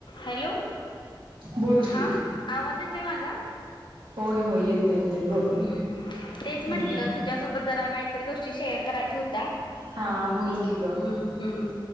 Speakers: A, on the left; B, on the right.
A: Hello
B: बोल की
A: हा आवाज येतोय माझा
B: होय होय येते येते बोल
A: हम्म तेच म्हंटलं,
B: हम्म
A: तुझ्यासोबत जरा काहीतरी गोष्टी शेअर करायच्या होत्या.
B: हा बोल की ग
A: हम्म हम्म